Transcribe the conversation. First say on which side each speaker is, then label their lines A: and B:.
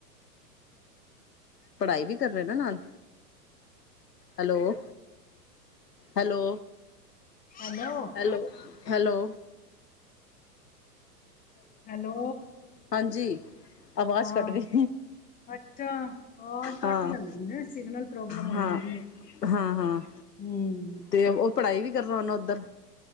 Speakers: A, on the left; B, on the left.
A: ਪੜ੍ਹਾਈ ਵੀ ਕਰ ਰਹੇ ਨਾ ਨਾਲ hello hello
B: hello
A: hello hello
B: hello
A: ਹਾਂਜੀ ਆਵਾਜ਼
B: ਹਾਂ
A: ਕੱਟ ਗਈ
B: ਅੱਛਾ ਆਵਾਜ਼ ਘੱਟ
A: ਹਾਂ
B: ਜਾਂਦੀ ਨਾ ਸਿਗਨਲ ਪ੍ਰੋਬਲਮ ਹੋ
A: ਹਾਂ
B: ਜਾਂਦੀ ਹੈ
A: ਹਾਂ ਹਾਂ
B: ਹਮ
A: ਤੇ ਉਹ ਪੜ੍ਹਾਈ ਵੀ ਕਰਨਾ ਉਹਨਾ ਉੱਧਰ